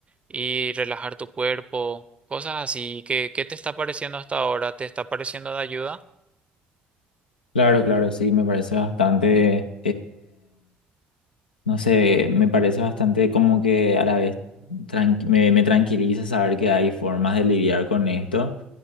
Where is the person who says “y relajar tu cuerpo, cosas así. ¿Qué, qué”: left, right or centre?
Right